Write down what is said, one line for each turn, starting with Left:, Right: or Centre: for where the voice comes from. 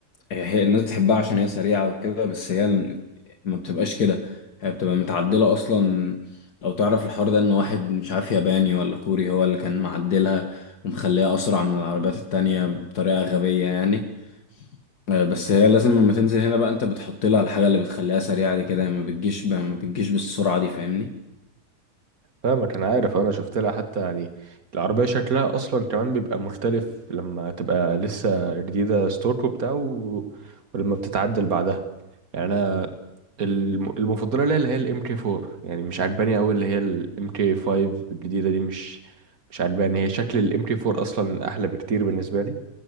Left: هي, هي الناس بتحبها عشان هي سريعة وكده بس هي ال- ما بتبقاش كده هي بتبقى متعدلة أصلا لو تعرف الحوار ده إن واحد مش عارف ياباني ولا كوري هو اللي كان معدلها ومخليها أسرع من العربيات التانية بطريقة غبية يعني آه، بس هي لازم لما تنزل هنا بقى أنت بتحط لها الحاجة اللي بتخليها سريعة دي كده ما بتجيش بقى ما بتجيش بالسرعة دي فاهمني
Right: فاهمك انا عارف انا شفت لها حتى يعني العربيه شكلها اصلا كمان بيبقى مختلف لما تبقى لسه جديده ستوك وبتاع و... ولما بتتعدل بعدها يعني انا الم... المفضله ليا اللي هي الام كي 4 يعني مش عجباني قوي اللي هي الام كي 5 الجديده دي مش مش عجباني هي شكل الام كي 4 اصلا احلى بكتير بالنسبه لي